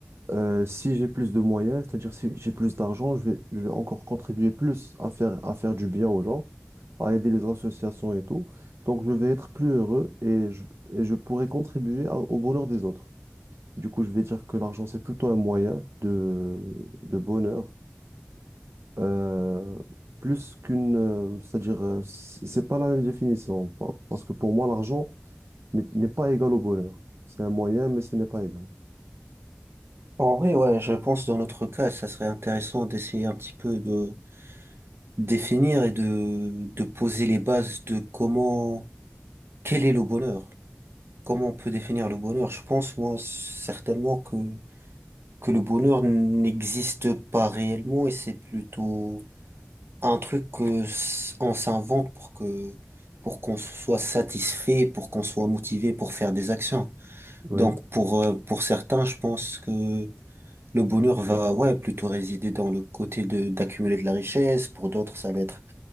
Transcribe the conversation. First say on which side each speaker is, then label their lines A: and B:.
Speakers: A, on the right (about 75°); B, on the right (about 65°).
A: euh, si j'ai plus de moyens, c'est-à-dire si j'ai plus d'argent, je vais, je vais encore contribuer plus à faire, à faire du bien aux gens, à aider les associations et tout. Donc, je vais être plus heureux et je, et je pourrai contribuer à- au bonheur des autres. Du coup, je vais dire que l'argent, c'est plutôt un moyen de, de bonheur, euh, plus qu'une, euh, c'est-à-dire, euh, c'est c'est pas la même définition, pa- parce que pour moi, l'argent n'est n'est pas égal au bonheur. C'est un moyen, mais ce n'est pas égal.
B: En vrai, ouais, je pense dans notre cas, ça serait intéressant d'essayer un petit peu de définir et de, de poser les bases de comment, quel est le bonheur. Comment on peut définir le bonheur? Je pense, moi, certainement que, que le bonheur n'existe pas réellement et c'est plutôt un truc que s- on s'invente pour que, pour qu'on soit satisfait, pour qu'on soit motivé pour faire des actions.
A: Oui.
B: Donc, pour, euh, pour certains, je pense que le bonheur va, ouais, plutôt résider dans le côté de, d'accumuler de la richesse. Pour d'autres, ça va être